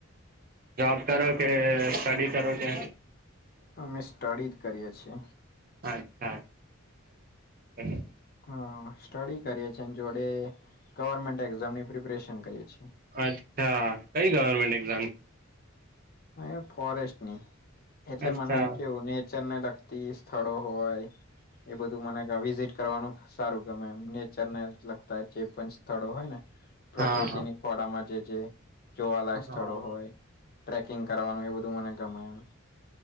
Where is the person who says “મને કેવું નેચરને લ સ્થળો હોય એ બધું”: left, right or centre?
Left